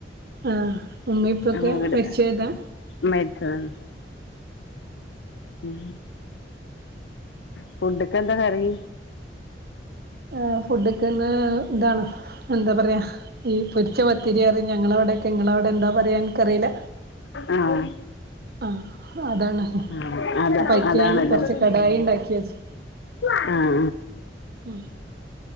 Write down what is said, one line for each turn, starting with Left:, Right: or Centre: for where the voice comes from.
Right: ആഹ് ഉമ്മേം ഉപ്പേക്കെ
Left: അങ്ങട്
Right: മരിച്ചു പോയതാ
Left: മരിച്ചതാണ് ഉം ഫുഡൊക്കെ എന്താ കറി
Right: ആ ഫുഡ്ക്കിന്ന് ഇതാണ് എന്താ പറയാ ഈ പൊരിച്ച പത്തിരിപറയും ഞങ്ങളവിടെക്കെ നിങ്ങളവിടെ എന്താ പറയന്നെനിക്കറിയില്ല
Left: ആഹ്
Right: ആഹ അതാണ്
Left: ആഹ് അത
Right: പൈക്കാൻ
Left: അതാണല്ലോ
Right: കൊറച്ച് കടായി ഉണ്ടാക്കിയച്ച്
Left: ആ ആ
Right: ഉം